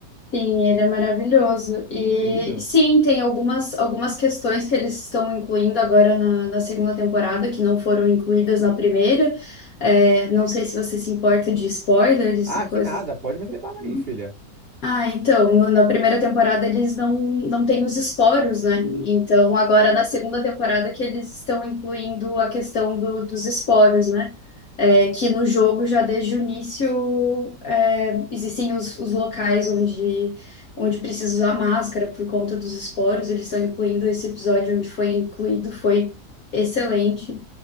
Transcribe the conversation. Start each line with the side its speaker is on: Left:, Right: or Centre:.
Left: Sim, ele é maravilhoso. E
Right: incrível.
Left: sim, tem algumas, algumas questões que eles estão incluindo agora na, na segunda temporada que não foram incluídas na primeira. É, não sei se você se importa de spoilers
Right: Ah,
Left: e
Right: que
Left: coisas.
Right: nada, pode meter bala aí,
Left: assim.
Right: filha.
Left: Ah, então, no- na primeira temporada eles não, não têm os esporos, né? Então, agora na segunda temporada que eles estão incluindo a questão do- dos esporos, né? É, que no jogo já desde o início é, existem os, os locais onde, onde precisa usar máscara por conta dos esporos. Eles estão incluindo esse episódio onde foi incluído, foi excelente.